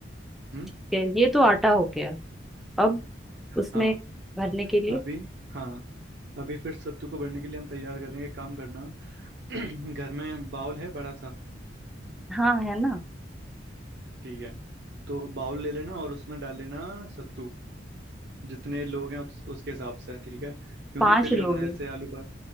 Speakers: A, on the right; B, in the centre.
A: हम्म
B: ठीक है, ये तो आटा हो गया अब
A: हाँ
B: उसमें भरने के लिए
A: अभी हाँ अभी फिर सत्तू को भरने के लिए हम तैयार करेंगे काम करना <clears throat> घर में बाउल है बड़ा सा
B: हाँ है ना
A: ठीक है तो बाउल ले लेना और उसमें डाल लेना सत्तू जितने लोग हैं उस, उसके हिसाब से ठीक है क्योंकि
B: पांच
A: फिल
B: लोग
A: करना है
B: हैं
A: जैसे आलू पर